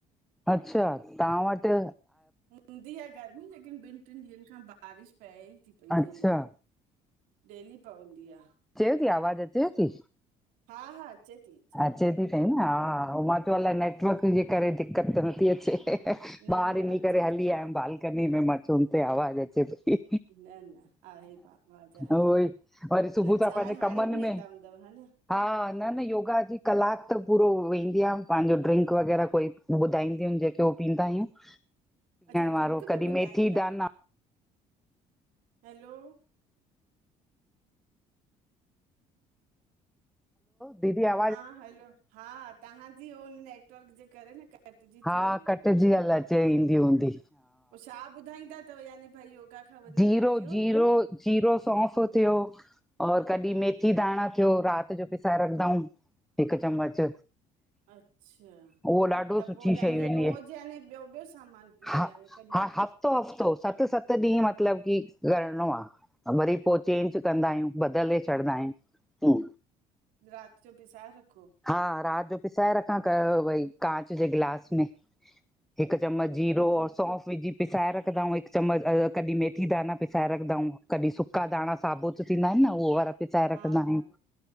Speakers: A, in the centre; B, on the right.
A: अच्छा तां वटि
B: हुंदी आ, गर्मी लेकिन ॿिनि टिनि ॾींहंनि खां बारिश पए ई थी, पई
A: अच्छा
B: डेली डेली पवंदी आ
A: अचेव ती आवाज़ अचेव ती?
B: हा, हा अचे थी।
A: अचे थी पई न, हा मां चयो अलाए नेट वर्क जे करे, दिक़कत त नथी अचे,
B: न
A: ॿाहिरि
B: न
A: हिनी
B: अचे
A: करे हली आयमूं बाहर कनी में मां सुम पयावा आवाज़ अचे पई
B: थी न न आहे पा आवाज़ आहे
A: वई, वरी
B: अञा
A: सुबह सां
B: चांहि
A: पंहिंजे
B: हाणे
A: कमनि
B: पीअंदा
A: में
B: हूंदव हा न
A: हा, न- न योग योगा जी क़लाकु त पूरो वेंदी आ, पांजो ड्रिंक वग़ैरह कोई, ॿुधाईदियूं हिनि जेके उहो पीअंदा आहियूं। <inaudible>
B: अच्छा ड्रिंक
A: वारो
B: बि
A: कॾहिं
B: ॿुधाईंदा
A: मेथी दाना
B: हिनि, हलो
A: दीदी आप
B: हा हलो हा ताव्हांजी उन नेटवर्क जे करे, न कटिजी
A: हा,
B: थी वञेव
A: कटिजी हल अचे ईदी हुंदी।
B: पो छा ॿुधाईंदा तव याने भई? खां वञी
A: ज़ीरो,
B: पोइ पीओ
A: जीरो, जीरो, सौंफ़ हुजेयो और कॾी मेथी दाणा थियो, राति जो पिसाए रखंदाउ हिकु चम्मच
B: अच्छा,
A: उहो ॾाढो
B: त
A: सुठी
B: पो यानी
A: शयूं आहिनि
B: रोज़
A: इहे
B: याने ॿियो ॿियो सामान पीओ
A: हा
B: यानी कॾहिं
A: हा हफ़्तो -हफ़्तो सत् सत् ॾींहु मतिलबु मतिलबु कि करणो आ, वरी पोइ चेंज कंदा आहियूं बदिले छॾींदा आहियूं। दूं
B: राति, जो पिसाये रखो
A: हा राति, जो पिसाए रखां कयो भई, कांच जे गिलास में हिकु चम्मच जीरो और सौंफ विझी पिसाए रखंदाउ हिकु चम्मच कॾी मेथी मैथी दाना पिसाए रखंदाउ, कॾी सुका दाणा साबूत थींदा आहिनि न उहो वारा पिसाये
B: हा
A: रखंदा आहियूं।
B: हा